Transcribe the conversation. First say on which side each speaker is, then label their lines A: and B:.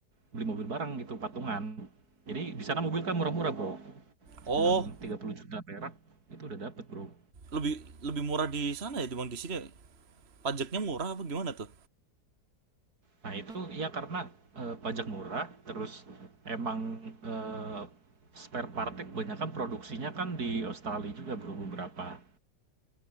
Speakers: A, on the right; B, on the right.
A: beli mobil bareng gitu patungan jadi di sana mobil kan murah-murah bro
B: Oh,
A: cuma 30 juta perak itu udah dapet bro
B: lebih lebih murah di sana ya dibanding di sini. ya? Pajaknya murah apa gimana tuh?
A: nah itu ya karena eh, pajak murah terus emang eh, spare partnya kebanyakan produksinya kan di Australia juga bro beberapa